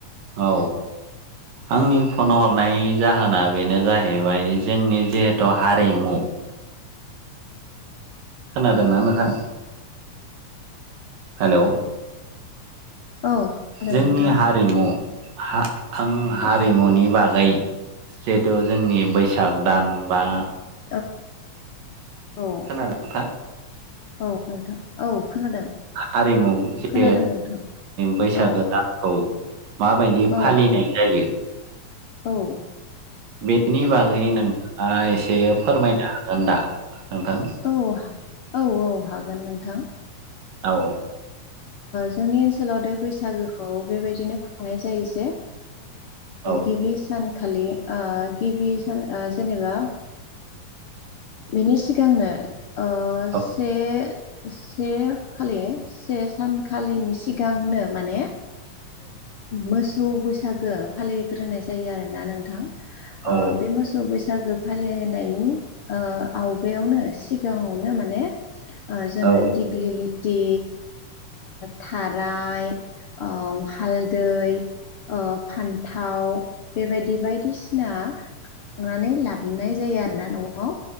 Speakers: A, on the right; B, on the left.
A: औ आंनि फन हरनाय जाहोना बेनो जाहैबाय जोंनि जिहेथु हारिमु खोनादोंना नोंथाङा हेलौ
B: औ औ खोनादों
A: जोंनि
B: नोंथां
A: हारिमु हा आं हारिमुनि
B: औ
A: बागै जिहेथु जोंनि बैस साग दान बा
B: औ औ
A: <unintelligible>
B: औ नोंथां औ खोनादों।
A: हारिमुं जे
B: खोनादों नोंथां
A: बैसागो
B: औ
A: दानखौ माबायदि
B: औ
A: फालिनाय जायो।
B: औ
A: बेनि बागै
B: औ
A: नोंथाङा एसे फोरमायनो हागोन दा नोंथां।
B: औ औ औ हागोन नोंथां
A: औ
B: जोंनि ओनसोलाव द बैसागोखौ बेबायदिनो खुंनाय जायो जे
A: औ
B: गिबि सानखालि गिबि सान जेनेबा बिनि सिगांनो ओ
A: औ
B: से से खालि से सानखालिनि सिगांनो माने मोसौ बैसागो फालिग्रोनाय जायो आरोना नोंथां।
A: औ
B: बे मोसौ बैसागो फालिनायनि आव गायावनो सिगाङावनो माने जोङो
A: औ
B: दिग्लि थि थाराय हालदै फान्थाव बेबायदि बायदिसिना खांनानै लाबो ननाय जायो आरो ना न'आव